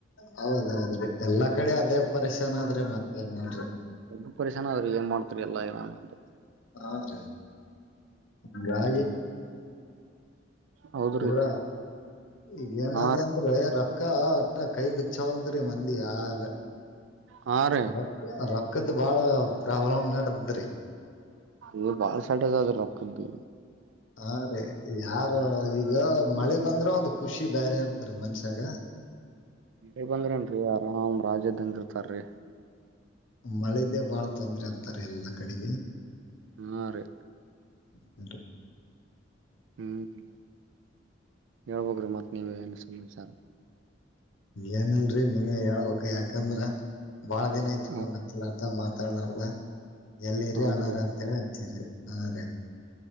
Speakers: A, on the left; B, on the right.
A: ಹೌದೌದ್ರಿ ಎಲ್ಲಾ ಕಡೆ ಅದೇ ಪರಿಶನ್ ಆದ್ರೆ ಮತ್ತೇಏನಲ್ರಿ.
B: ಸ್ಲ್ಪ ಪರಿಷಾನ ಆದ್ರರು ಏನ್ ಮಾಡ್ತರಿ ಎಲ್ಲಾ ನಾನು ಅಂತ.
A: ಹಾ ರೀ <unintelligible> ಹ
B: ಹೌದ್ರಿ
A: ಹಾ ಈಗ ಏನದಂದ್ರೆ
B: ಹಾ
A: ರಕ್ತ ಅಕ್ಕ ಒಟ್ಟ ಕೈ ಬಿಚ್ಚಾವಲ್ದ್ರಿ ಮಂದಿ ಯಾರ
B: ಹಾ ರೀ
A: <unintelligible> ಪಕ್ಕದ್ದ ಬಾಳ ಪ್ರಾಬ್ಲಮ್ ನಡೆದದ್ರಿ.
B: ಈ ಬಾಳ ಸದ ಅದ ರೋಕ್ದು.
A: ಹಾ ರೀ ಯಾರ ಈಗ ಮಳೆ ಬಂದ್ರೆ ಒಂದ್ ಖುಷಿ ಬೇರೆ ಇರ್ತ್ರ ಮನ್ಷ್ಯಾಗ
B: ಮ ಬಂದ್ರನ್ರರಿ ಆರಾಮ್ ರಾಜ್ಯದ್ದಂದ ಇರ್ತಾರಿ
A: ಮಳದೆ ಬಾಳ್ ತೊಂದ್ರೆ ಅಂತಾರೆ ಎಲ್ಲಾ ಕಡೆಗೆ
B: ಹ್ಮ ರೀ
A: ಹರಿ
B: ಹ್ಮ್ ಹೇಳ್ಬ್ರಿ ಮತ್ತ ನೀವ ಏನು ಸಮಾಚಾರ
A: ಏನಲ್ರರಿ ನೀವ ಹೇಳ್ಬೇಕ ಯಾಕಂದ್ರ ಭಳೆಿನ ಐತ್ುೋ
B: ಹ
A: ನ ಚಲರ್ದ ಮ ಮಾತ ಹ ತಳ ನಾರ ಎಲ್ಲಿ ಇರಿ
B: ಹೌದ್ರಿ
A: ಅನಾರ ಅಂತ ಹೇಳಿ ಹಚ್ಚಿದಿ ಹಾ ರ